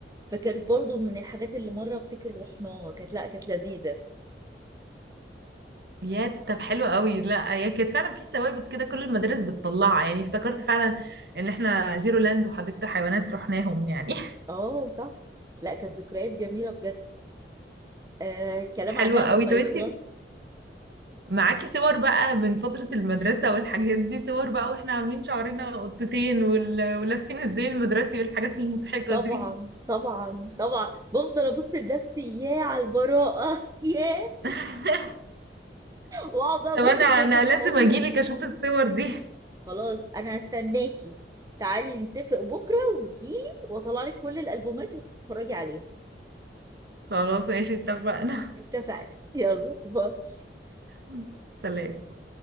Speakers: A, on the right; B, on the right.
A: فكانت برضو من الحاجات اللي مره افتكر رحناها كانت لا كانت لذيذه
B: يا طب حلو قوي لا هي كانت فعلا في ثوابت كده كل المدارس بتطلعها يعني افتكرت فعلا ان احنا زيرو لاند وحديقه حيوانات رحناهم يعني
A: اه صح لا كانت ذكريات جميلة بجد آه كلام
B: <laughs> حلوه
A: عنها
B: قوي
A: ما
B: طب
A: يخلص
B: انتي معاكي صور بقى من فتره المدرسه والحاجات دي صور بقى واحنا عاملين شعرنا قطتين وال... ولابسين الزي المدرسي والحاجات المضحكه
A: طبعا
B: دي
A: طبعا طبعا بفضل ابص لنفسي ياه على البراءة <laughs> ياه
B: <laughs>
A: واقعد بقى ابص
B: طب انا
A: لكل
B: انا
A: اصحابي
B: لازم اجيلك اشوف الصور دي <laughs>
A: خلاص انا هستناكي تعالي نتفق بكرة وتجيلي واطلع لك كل الالبومات وتتفرجي عليها
B: خلاص ماشي اتفقنا
A: اتفقنا <laughs> يلا باي
B: <laughs> سلام